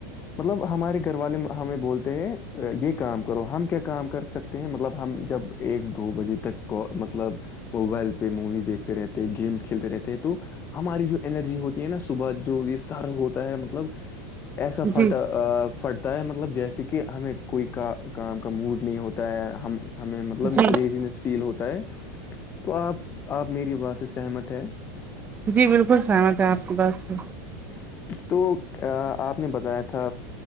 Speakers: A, on the left; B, on the right.
A: مطلب ہمارے گھر والے ہمیں بولتے ہیں یہ کام کرو ہم کیا کام کر سکتے ہیں مطلب ہم جب ایک دو بجے تک کو مطلب موبائل پہ موویز دیکھتے رہتے ہیں گیمس کھیلتے رہتے ہیں تو ہماری جو انرجی ہوتی ہے نا صبح جو یہ سر ہوتا ہے مطلب ایسا
B: جی
A: فٹا فٹ تا ہے مطلب جیسے کہ ہمیں کوئی کا کام کا موڈ نہیں ہوتا ہے ہم ہمیں مطلب
B: جی
A: لیزنیس فیل ہوتا ہے تو آپ آپ میری باز سے سہمت ہے
B: جی بالکل سہمت ہے آپ کی بات سے
A: تو آپ نے بتایا تھا